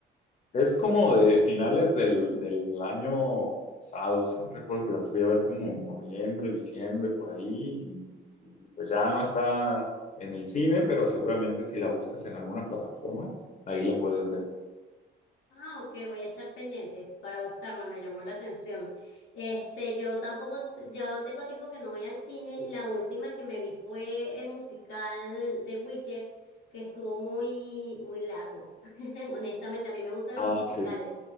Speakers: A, on the left (about 35°); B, on the left (about 80°).
A: Es como de finales del, del año pasado, o sea, recuerdo que la fui a ver como en noviembre, diciembre, por ahí, y, y pues ya no está en el cine, pero seguramente si la buscas en alguna plataforma, ahí la puedes ver.
B: Ah, ok, voy a estar pendiente para buscarla, me llamó la atención. Este, yo tampoco, ya tengo tiempo que no voy al cine. La última que me vi fue el musical de Wicked, que estuvo muy, muy largo. <laughs> Honestamente, a mí me gustan
A: Ah,
B: los musicales,
A: sí,